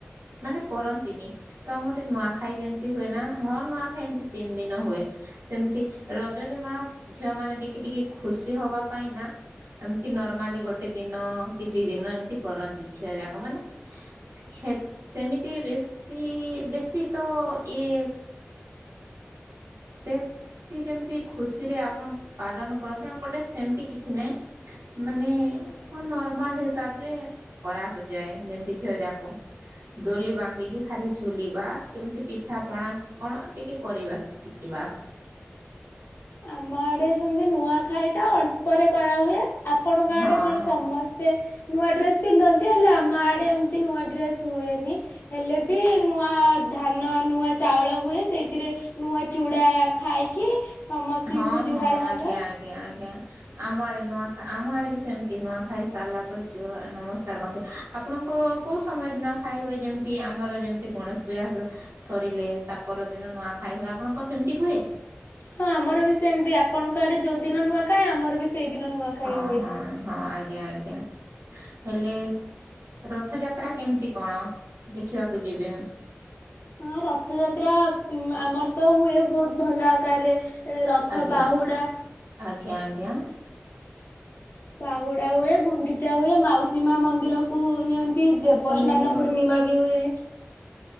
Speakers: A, on the right (about 75°); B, on the left (about 50°).
A: ମାନେ କରନ୍ତିନି ତ ଆମ ଗଟେ ନୂଆଖାଇ ଯେମିତି ହୁଏ ନା ହଁ ନୂଆଖାଇ ଏମିତି ତିନି ଦିନ ହୁଏ। ସେମତି ରଜରେ ମା ଝିଅ ମାନ ଟିକେ ଟିକେ ଖୁସି ହବା ପାଇଁ ନା ଏମିତି ନର୍ମାଲି ଗୋଟେ ଦିନ କି ଦି ଦିନ ଏମିତି କରନ୍ତି ଝିଅ ଯାକ ମାନେ ସେ ଖେ ସେମିତି ବେଶୀ ବେଶୀ ତ ଇଏ ବେଶୀ ଯେମିତି ଖୁସ ରେ ଆପଣ ପାଳନ କରନ୍ତି ଆମ ଗୋଟେ ସେମିତି କିଛି ନାହିଁ ମାନେ ନର୍ମାଲ ହିସାବରେ କରାକୁ ଯାଏ ଯେମତି ଝିଅ ଯାକ ଦୋଲି ବାନ୍ଧିକି ଖାଲି ଝୁଲିବା କେମିତି ପିଠା ପଣା କଣ ଟିକେ କରିବା ସେତିକି ବାସ
B: ଆମ ଆଡେ ସେମତି ନୂଆଖାଇ ଟା ଅଳ୍ପରେ କରାହୁଏ। ଆପଣଙ୍କ
A: ହଁ
B: ଆଡେ କଣ
A: ହଁ
B: ସମସ୍ତେ ନୂଆ ଡ୍ରେସ୍ ପିନ୍ଧନ୍ତି ହେଲେ ଆମ ଆଡ଼େ ଏମିତି ନୂଆ ଡ୍ରେସ୍ ହୁଏନି ହେଲେ ବି ନୂଆ ଧାନ ନୂଆ ଚାଉଳ ହୁଏ ସେଇଥିରେ ନୂଆ ଚୁଡ଼ା ଖାଇକି ସମସ୍ତଙ୍କୁ
A: ହଁ
B: ଜୁହାର
A: ହଁ
B: ହବା।
A: ଆଜ୍ଞା ଆଜ୍ଞା ଆଜ୍ଞା। ଆମ ଆଡେ ନୂଆ ଆମ ଆଡେ ବି ସେମିତି ନୂଆ ଖାଇ ସାରିଲା ପରେ ଝୁଅ ନମସ୍କାର କରନ୍ତି ଆପଣଙ୍କ କୋଉ ସମୟରେ ନୂଆ ଖାଇ ହୁଏ ଯେମିତି ଆମର ଯେମିତି ଗଣେଶ ପୂଜା ସରିଲେ ତା ପରଦିନ ନୂଆ ଖାଇ ହୁଏ ଆପଣଙ୍କ ସେମିତି ହୁଏ।
B: ହଁ ଆମର ବି ସେମିତି ଆପଣଙ୍କ ଆଡେ ଯୋଉ ଦିନ ନୂଆ ଖାଏ ଆମର ବି ସେଇଦିନ ନୂଆ ଖାଇ
A: ହଁ
B: ହୁଏ।
A: ହଁ ହଁ ଆଜ୍ଞା। ଆଜ୍ଞା ଆଜ୍ଞା ହେଲେ ରଥଯାତ୍ରା କେମିତି କଣ ଦେଖିବାକୁ ଯିବେ
B: ହଁ ରଥଯାତ୍ରା ଆମର ତ ହୁଏ ବହୁତ ଭଲ ଆକାରରେ ଏ ରଥ
A: ଆଜ୍ଞା
B: ବାହୁଡା
A: ଆଜ୍ଞା ଆଜ୍ଞା।
B: ବାହୁଡା ହୁଏ ଗୁଣ୍ଡିଚା ହୁଏ ମାଉସୀ ସୀମା ମନ୍ଦିର କ ନିଅନ୍ତି ଦେବସ୍ନାନ
A: ହେଲେ
B: ପୂର୍ଣ୍ଣିମା ବି ହୁଏ।